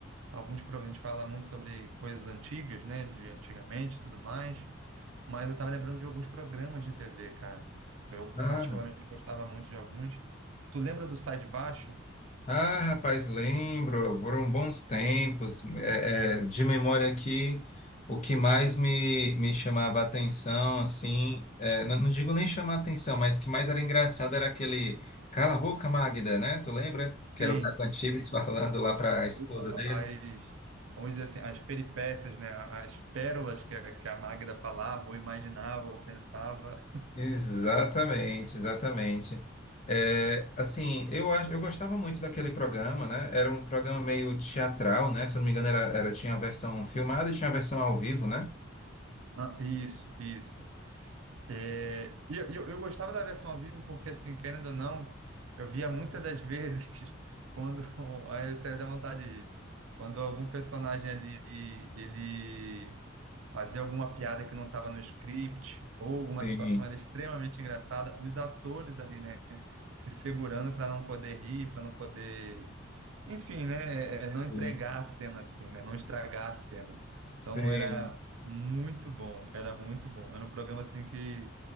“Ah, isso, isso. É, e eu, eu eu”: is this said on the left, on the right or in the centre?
Right